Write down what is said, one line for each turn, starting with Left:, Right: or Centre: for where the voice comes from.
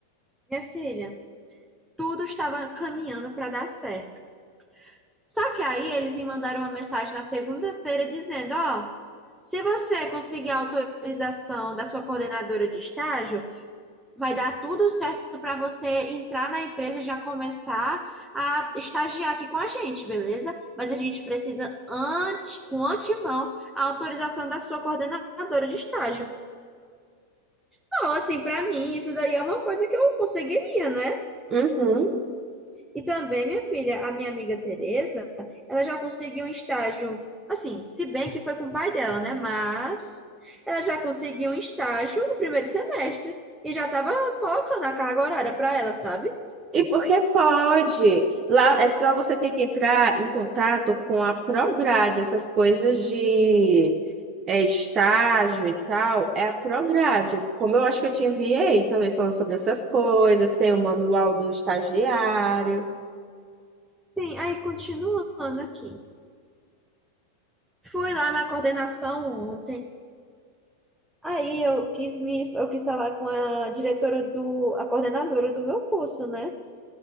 Centre: Minha filha, tudo estava caminhando para dar certo. Só que aí eles me mandaram uma mensagem na segunda-feira dizendo, ó, se você conseguir a autorização da sua coordenadora de estágio, vai dar tudo certo para você entrar na empresa e já começar a estagiar aqui com a gente, beleza? Mas a gente precisa antes, com antemão, a autorização da sua coordenadora de estágio. Não, assim, para mim, isso daí é uma coisa que eu conseguiria, né?
Right: Uhum.
Centre: E também, minha filha, a minha amiga Tereza, ela já conseguiu um estágio, assim, se bem que foi com o pai dela, né? Mas ela já conseguiu um estágio no primeiro semestre e já estava colocando a carga horária para ela, sabe?
Right: E porque pode. Lá é só você ter que entrar em contato com a Prograde, essas coisas de é, estágio e tal. É a Prograde. Como eu acho que eu te enviei também falando sobre essas coisas, tem o manual do estagiário,
Centre: Sim, aí continuando aqui. Fui lá na coordenação ontem. Aí eu quis me, eu quis falar com a diretora do, a coordenadora do meu curso, né?